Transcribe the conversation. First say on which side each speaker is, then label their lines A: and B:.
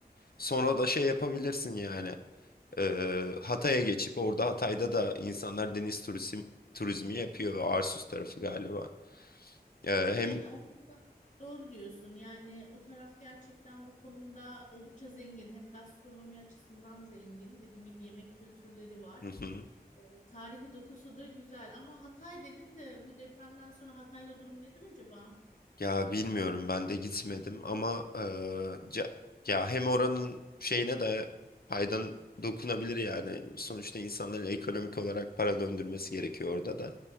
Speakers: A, on the left; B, on the left.
A: sonra da şey yapabilirsin yani. Ee, Hatay'a geçip orada Hatay'da da insanlar deniz turizm, turizmi yapıyor. Arsus tarafı galiba. Ee,
B: Evet
A: hem
B: aslında doğru diyorsun. Yani o taraf gerçekten bu konuda oldukça zengin. Hem gastronomi açısından zengin. Dediğin gibi yemek kültürleri var.
A: <laughs>
B: E, Tarihi dokusu da güzel. Ama Hatay dedin de bu depremden sonra Hatay'da durum nedir acaba?
A: Ya bilmiyorum ben de gitmedim ama eee, ca- ya hem oranın şeyine de faydan dokunabilir yani. Sonuçta insanların ekonomik olarak para döndürmesi gerekiyor orada da.